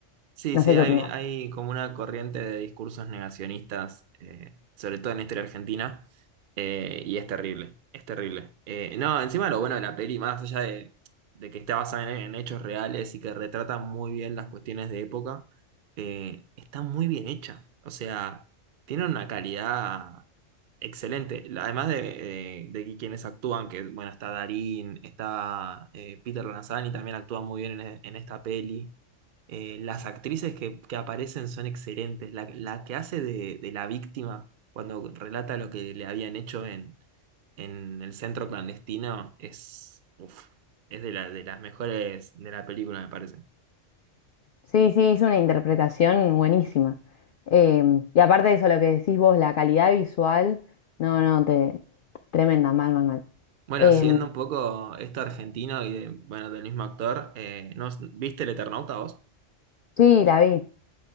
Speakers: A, on the right; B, on the left.
A: Sí,
B: No
A: sí,
B: sé qué
A: hay,
B: opinas.
A: hay como una corriente de discursos negacionistas, eh, sobre todo en la historia argentina, eh, y es terrible, es terrible. Eh, no, encima lo bueno de la peli, más allá de, de que está basada en, en hechos reales y que retrata muy bien las cuestiones de época, eh, está muy bien hecha. O sea, tiene una calidad excelente. Además de, eh, de quienes actúan, que bueno, está Darín, está eh, Peter Lanzani, también actúa muy bien en en esta peli. Eh, las actrices que, que aparecen son excelentes. La, la que hace de, de la víctima cuando relata lo que le habían hecho en, en el centro clandestino es, uf, es de, la, de las mejores de la película, me parece.
B: Sí, sí, es una interpretación buenísima. Eh, y aparte de eso, lo que decís vos, la calidad visual, no, no, te, tremenda, mal, mal, mal.
A: Bueno,
B: Eh,
A: siguiendo un poco esto argentino y de- bueno, del mismo actor, eh, ¿no, ¿viste El Eternauta vos?
B: sí, la vi,